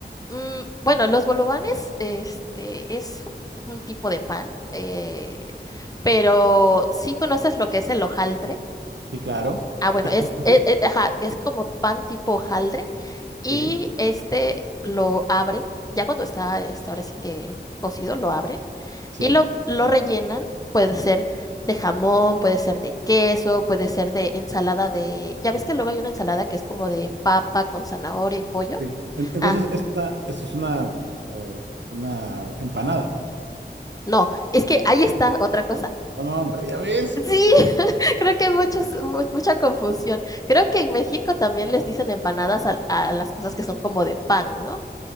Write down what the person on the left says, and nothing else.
Mm, Bueno, los bolovanes, este, es un tipo de pan, eh, pero sí conoces lo que es el hojaldre.
Ah, bueno,
es,
e- e- ajá, es como pan tipo hojaldre y
este lo abren, ya cuando está, este, ahora sí que cocido, lo abren
y lo, lo rellenan, puede ser de jamón, puede ser de queso, puede ser de ensalada de... Ya ves que luego hay una ensalada que es como de papa con zanahoria y pollo.
Ah,
no, es que ahí está otra cosa.
Sí,
<laughs> creo que hay muchos, mu- mucha confusión. Creo que en México también les dicen empanadas a, a las cosas que son como de pan, ¿no?